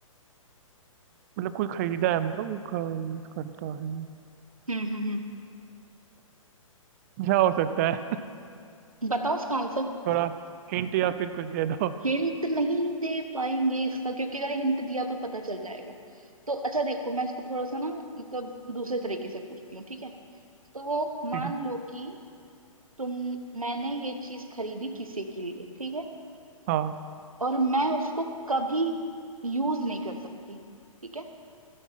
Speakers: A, on the right; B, on the right.
A: मतलब कोई खरीदा है हमने वो यूज़ करता है
B: हम्म हम्म हम्म
A: क्या हो सकता है
B: बताओ इसका आंसर
A: <laughs> थोड़ा हिंट या फिर कुछ दे दो
B: हिंट नहीं दे पाएंगे इसका क्योंकि अगर हिंट दिया तो पता चल जाएगा तो अच्छा देखो मैं इसको थोड़ा सा ना मतलब दूसरे तरीके से पूछती हूँ ठीक है तो वो मान
A: ठीक है
B: लो कि तुम मैंने ये चीज खरीदी किसी के लिए ठीक है
A: हाँ
B: और मैं उसको कभी यूज नहीं कर सकती ठीक है